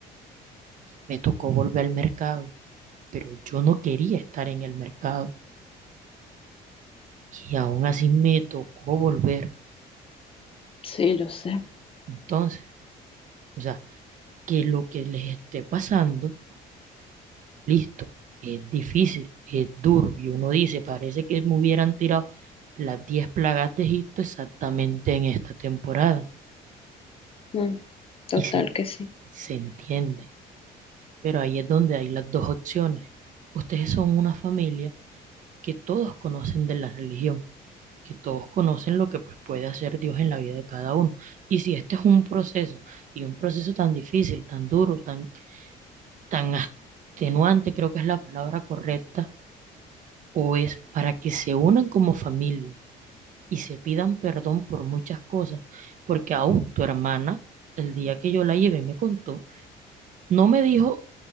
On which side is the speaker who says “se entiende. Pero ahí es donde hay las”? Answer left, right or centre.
Right